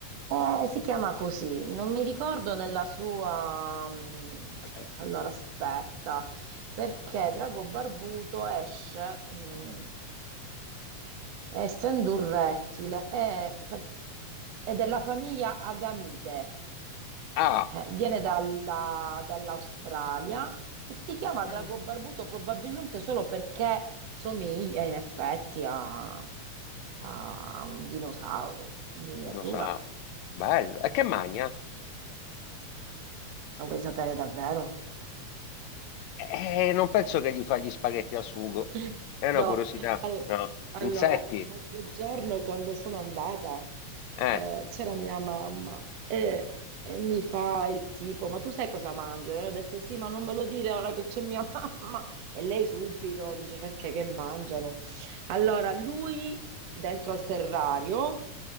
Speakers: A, on the right (about 65°); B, on the left (about 75°).
A: eh, si chiama così, non mi ricordo nella sua... mm, eh,
B: Eh,
A: Allora aspetta, perché Drago Barbuto esce, mm, essendo un rettile, è, per- è della famiglia Agamide.
B: Ah,
A: Eh, viene dalla- dall'Australia e si chiama
B: Mm.
A: drago barbuto probabilmente solo perché somiglia in effetti a, a un dinosauro in miniatura.
B: dinosauro, bello. E che magna?
A: Lo vuoi sapere davvero?
B: Eh, non penso che gli fa gli spaghetti al sugo.
A: <laughs>
B: È una
A: No,
B: curiosità,
A: al-
B: no?
A: allora,
B: Insetti?
A: l'altro giorno quando sono andata
B: Eh,
A: eh, c'era mia mamma e, e mi fa il tipo, ma tu sai cosa mangio? E ho detto sì, ma non me lo dire ora che c'è mia <laughs> mamma. E lei subito dice perché che mangiano? Allora, lui dentro al terrario